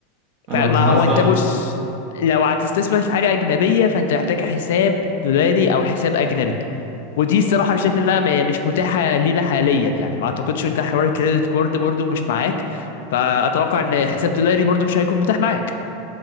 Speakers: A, on the right (about 45°); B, on the left (about 80°).
A: انا
B: فما
A: كنت حاسبك
B: هو انت بص لو هتستثمر في حاجة أجنبية فأنت محتاج حساب دولاري أو حساب أجنبي ودي الصراحة شايف إنها م- مش متاحة لينا حاليا يعني ما أعتقدش أنت حوار الكريدت كارد برضو مش معاك فأتوقع إن حساب دولاري برضو مش هيكون متاح معاك